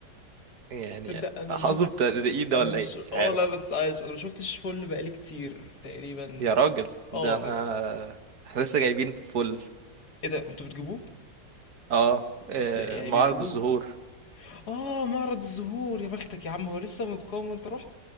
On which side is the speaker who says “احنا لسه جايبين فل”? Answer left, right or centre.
Right